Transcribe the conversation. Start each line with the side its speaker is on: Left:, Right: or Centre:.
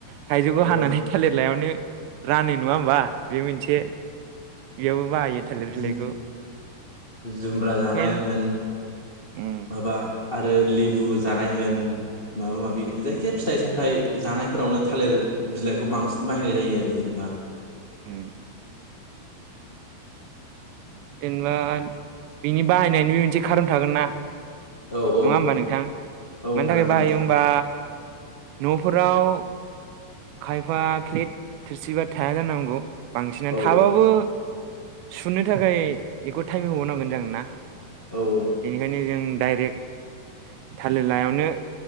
Right: थाइजौखौ
Left: औ
Right: हानानै थालिर लायावनो रानो नङा होमबा? बे मोनसे बेयावबो बाहायो। थालिर
Left: जि
Right: बिलाइखौ
Left: जुमब्रा जानाय
Right: मेन
Left: होन
Right: उम
Left: माबा आरो लेबु जानाय होन माबा माबि जायखिजाया फिथाइ सामथाइ जानायफोरावनो थालिर बिलाइखौ बांसिन बाहायनाय जायो आरो जेनेबा।
Right: उम जेनेबा बिनि बाहायनायनिबो मोनसे खारन थागोन ना?
Left: औ औ
Right: नङा होमबा नोंथां?
Left: औ
Right: मानि
Left: थागोन
Right: थाखाय
Left: थागोन
Right: बाहायो होमबा? न'फोराव खायफा प्लेट थोरसिबा थाया जानांगौ। बांसिनानो
Left: औ
Right: थाबाबो सुनो थाखाय बेखौ टाइम होबावनांगोन जों ना?
Left: औ औ।
Right: बेनिखायनो जों डाइरेक्ट थालिर लायावनो